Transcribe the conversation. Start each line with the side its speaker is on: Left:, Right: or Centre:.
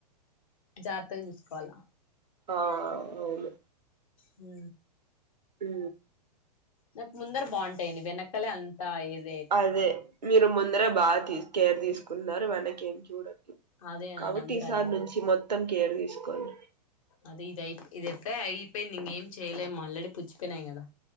Left: జాగ్రత్తగా చూసుకోవాలా
Right: ఆ అవును
Left: హు
Right: ఉ
Left: నాకు ముందర బాగుంటాయండి వెనకాల అంత ఏదే
Right: అదే మీరు ముందర బాగా కేర్ తీసుకున్నారు వెనకి ఏం చూడరూ
Left: అదే అండి
Right: కాబట్టి
Left: అందరు
Right: ఈసారి
Left: అదే అండి
Right: నుంచి మొత్తం కేర్ తీసుకోవాలి
Left: అదే ఇదయి ఇది అయితే అయిపోయింది ఇంగేం చేయలేం ఆల్ల్రడీ పుచ్చిపోయినాయి కదా